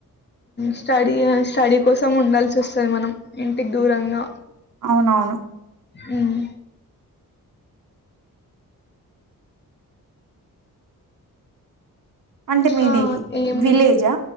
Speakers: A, on the left; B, on the right.
A: స్టడీ స్టడీ కోసం ఉండాల్సి వస్తుంది మనం ఇంటికి దూరంగా
B: అవునవును
A: హ్మ్
B: అంటే
A: ఇంకా
B: మీది
A: ఏం
B: విలేజా